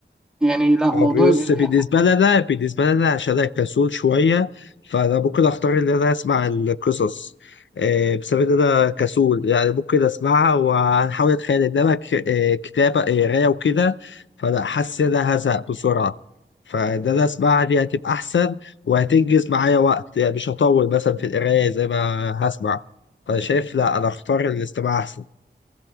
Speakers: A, in the centre; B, on the left (about 75°).
A: يعني لا
B: اه
A: موضوع
B: بص
A: القراية
B: بالنسبة لي أنا بالنسبة لي أنا عشان أنا كسول شوية فأنا ممكن أختار إن أنا أسمع القصص آه، بسبب إن أنا كسول يعني ممكن أسمعها وأحاول أتخيل إنما ك- آه، كتابة قراية وكده فلا حاسس إن أنا هزهق بسرعة فإن أنا أسمعها دي هتبقى أحسن وهتنجز معايا وقت يعني مش هطول مثلا في القراية زي ما هسمع فأنا شايف لا أنا أختار الاستماع أحسن